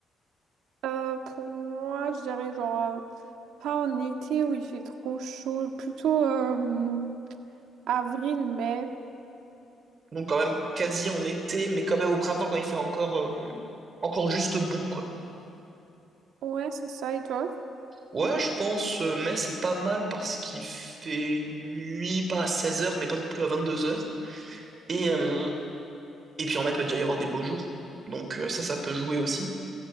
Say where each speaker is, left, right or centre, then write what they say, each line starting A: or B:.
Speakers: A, on the right; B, on the right.
A: Euh, pour moi, je dirais genre euh, pas en été où il fait trop chaud, plutôt euh, avril, mai.
B: donc quand même quasi en été mais quand même au printemps quand il fait encore euh, encore juste bon quoi
A: Ouais, c'est ça, et toi?
B: Ouais, je pense, euh, mais c'est pas mal parce qu'il fait nuit, pas à seize heures mais pas non plus à vingt-deux heures Et, euh, et puis en mai, peut déjà y avoir des beaux jours. Donc euh, ça, ça peut jouer aussi.